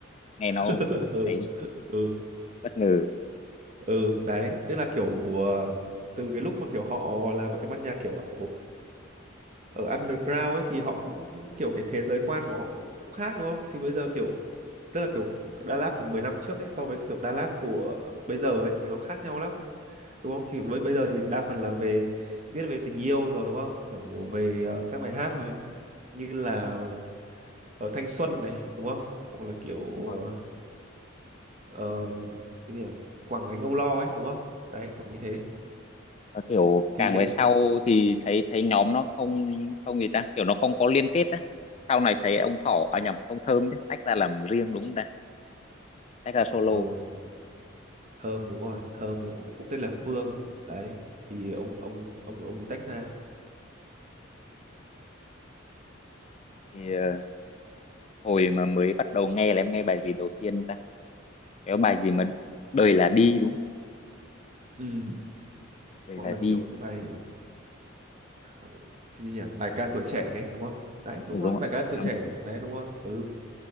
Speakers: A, on the left; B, on the right.
A: nghe
B: <laughs>
A: nó
B: ừ
A: ấy
B: ừ
A: bất ngờ
B: ừ đấy tức là kiểu ờ, từ cái lúc mà kiểu họ là một cái ban nhạc kiểu ở, ở underground ấy thì họ cũng cũng kiểu cái thế giới quan của họ cũng, cũng khác đúng không thì bây giờ kiểu tức là kiểu Đà Lạt của 10 năm trước ấy so với kiểu Đà Lạt của bây giờ ấy thì nó khác nhau lắm đúng không thì với bây giờ thì đa phần là về viết về tình yêu rồi đúng không kiểu về ờ, các bài hát như là ờ, thanh xuân này đúng không hoặc là kiểu
A: Ừ.
B: ờ, ờ, cái gì nhỉ? quảng gánh âu lo ấy đúng không đấy kiểu như thế
A: Và kiểu
B: thì
A: càng
B: cái
A: về sau thì thấy thấy nhóm nó không không gì ta kiểu nó không có liên kết á sau này thấy ông Thỏ à nhầm ông Thơm chứ tách ra làm riêng đúng không ta tách ra solo
B: ừ, thơm đúng rồi thơm là cũng cũng tên là Phương đấy thì ông ông ông ông ấy tách ra
A: thì ờ, hồi mà mới bắt đầu nghe là em nghe bài gì đầu tiên ta cái bài gì mà đời là đi đúng không?
B: ừ.
A: đời
B: hoặc
A: là
B: là
A: đi
B: kiểu cái bài ờ, cái gì nhỉ bài ca tuổi trẻ ấy, đúng không đấy đúng
A: ừ, đúng
B: rồi
A: không
B: bài ca tuổi
A: ạ
B: trẻ
A: à,
B: đấy đúng rồi ừ